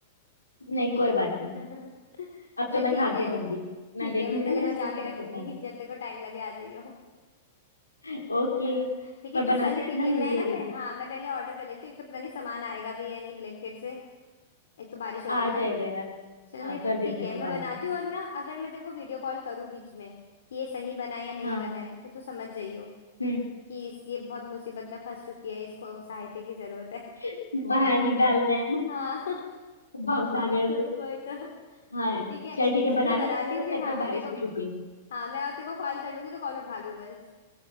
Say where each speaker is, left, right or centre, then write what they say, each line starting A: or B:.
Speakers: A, on the left; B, on the left.
A: नहीं कोई बात
B: <laughs>
A: नहीं अब
B: चल
A: तो मैं
B: ठीक
A: खा
B: है
A: के रहूंगी
B: ठीक
A: मैं देखूंगी
B: है मैं तेरे
A: ना
B: लिए
A: मेरा स्टूडेंट
B: बचा के रखूंगी
A: कैसा है
B: जब तेरे को टाइम लगे आ जाइयो <laughs>
A: <laughs> ओके
B: ठीक है
A: पर
B: तो
A: बना
B: चल
A: के
B: ठीक
A: रखना
B: है
A: मेरे
B: मैं
A: लिए
B: ना
A: भी
B: पह, हाँ मैं पहले ऑर्डर कर लेती हूँ एक तो पता नहीं सामान आएगा भी या नहीं ब्लैंकेट से एक तो बारिश हो
A: आ
B: रही है
A: जाएगा
B: ना
A: यार
B: चल
A: हाँ
B: मैं
A: कर देते
B: ठीक
A: हैं
B: है
A: वो
B: मैं
A: बारिश
B: बनाती
A: में भी
B: हूँ और ना अगर मैं तेरे को वीडियो कॉल करूँ बीच में कि ये सही बना है या नहीं
A: हाँ
B: बना है तो तू समझ जाइयो
A: हम्म
B: कि इस ये बहुत मुसीबत में फंस चुकी है इसको सहायता की जरूरत है <laughs>
A: <laughs> बाहर निकालना है
B: हाँ <laughs>
A: भवसागर
B: वही तो
A: हाँ
B: ठीक है
A: चल ठीक है
B: चल
A: बना
B: मैं
A: ले
B: बनाती
A: पता लगा
B: हूँ फिर
A: तब
B: हाँ
A: तक
B: मैं
A: बारिश
B: तेरे को
A: भी रुक गई
B: हाँ मैं और तेरे को कॉल कर लूंगी तो कॉल उठा लियो बस